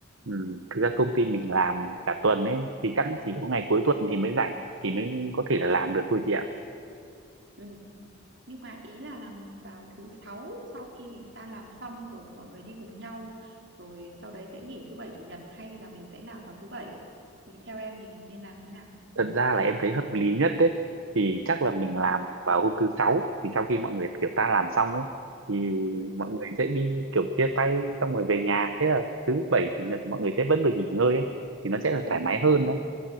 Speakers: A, on the right; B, on the right.
A: ừ, thực ra công ty mình làm cả tuần ấy thì chắc chỉ có ngày
B: ừ,
A: cuối tuần thì mới rảnh thì mới có thể là
B: ừ,
A: làm được thôi chị ạ
B: ừ. nhưng mà ý là làm vào thứ sáu sau khi mình ta làm xong rồi mọi người đi cùng nhau rồi sau đấy sẽ nghỉ thứ bảy chủ nhật hay là mình sẽ làm vào thứ bảy thì theo em thì nên làm như nào
A: thật ra
B: nên
A: là
B: làm
A: em
B: ngày
A: thấy
B: nào
A: hợp lý nhất đấy thì chắc là mình
B: ừ,
A: làm vào hôm thứ sáu thì sau khi mọi người
B: ừ,
A: kiểu ta làm xong ấy thì
B: ừ,
A: mọi người sẽ đi kiểu chia tay xong rồi về nhà thế là thứ bảy chủ nhật mọi người sẽ vẫn được nghỉ ngơi ấy thì nó sẽ là thoải
B: ừ,
A: mái
B: ừ.
A: hơn đấy